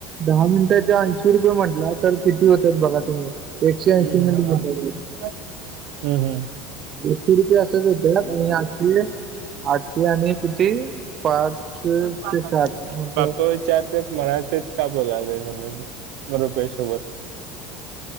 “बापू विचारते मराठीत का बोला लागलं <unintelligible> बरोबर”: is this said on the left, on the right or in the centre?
Right